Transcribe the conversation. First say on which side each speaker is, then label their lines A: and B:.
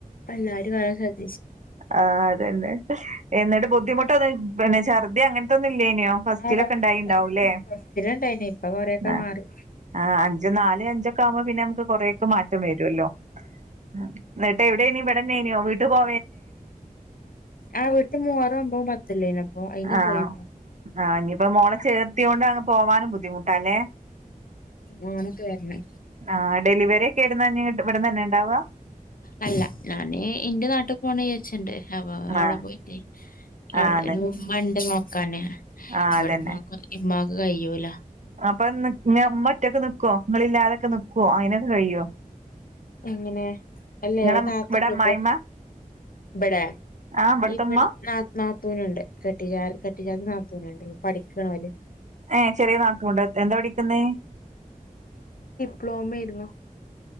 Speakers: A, on the left; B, on the right.
A: അല്ലാരും <unintelligible>
B: ആഹ് അതെന്നെ എന്നിട്ട് ബുദ്ധിമുട്ടൊന്നും പിന്നെ ഛർദ്ദി അങ്ങനത്തൊന്നും ഇല്ലേനെയോ ഫസ്റ്റിലൊക്കെ
A: ആ ഫസ്റ്റിലുണ്ടായിനി
B: ഉണ്ടായി ഇണ്ടാവുല്ലേ
A: ഇപ്പൊ കൊറെയൊക്കെ
B: ആ
A: മാറി
B: ആ അഞ്ച് നാല് അഞ്ചൊക്കെ ആവുമ്പോ പിന്നെ നമുക്ക് കൊറെ ക്ക് മാറ്റം വരുമല്ലോ ഏഹ് എന്നിട്ട് എവിടെനി ഇവിടെന്നേനു വീട്ട് പോ
A: ആ വീട്ട് മുഹറം ഒൻപതും പത്തും ഇല്ലെനി അപ്പൊ അയിന്
B: ആഹ്
A: പോയി
B: ആഹ് ഇനിയിപ്പോ മോളെ ചേർത്തിയൊണ്ട് അങ്ങ് പോവാനും ബുദ്ധിമുട്ടാല്ലേ
A: അങ്ങനൊക്കെ വരണേ
B: ആ ഡെലിവറിക്കെ ഏടന്ന നി ഇവിടന്ന് തന്നെ ഉണ്ടാവ
A: അല്ല ഞാന് എന്റെ നാട്ടിൽ യച്ഛന്റെ അപ്പ അവിടെ
B: ആഹ്
A: പോയിട്ടേ
B: ആഹ്
A: അവിടെ
B: അതെ
A: ഒരു ഉമ്മണ്ട് നോക്കാന്
B: ആഹ്
A: ഇവിടെ
B: അതന്നെ
A: ഉമ്മാക്ക് ഉമ്മാക്ക് കയ്യൂല
B: അപ്പൊ ന്ന് ഞ് ഉമ്മ ഒറ്റക്ക് നിക്കോ ഇങ്ങളില്ലാതൊക്കെ നിക്കോ അതിനൊക്കെ കഴിയോ
A: എങ്ങനെ അല്ല
B: നിങ്ങളെ
A: ഇവിടെ താത്ത ഉണ്ട്
B: അമ്മായിമ്മ
A: ഇപ്പൊ ബടെ
B: ആഹ് ഇവിടത്തെ
A: ഇവിടെ
B: ഉമ്മ
A: ന നാത്തൂനുണ്ട് കട്ടിജാ കട്ടിജാത്ത നാത്തൂനുണ്ട് പഠിക്കണ് ഓല്
B: ഏ ചെറിയ നാത്തൂൻ ഉണ്ടോ എന്താ പടിക്ക്ന്നേ
A: പ്ലോമയിരുന്നു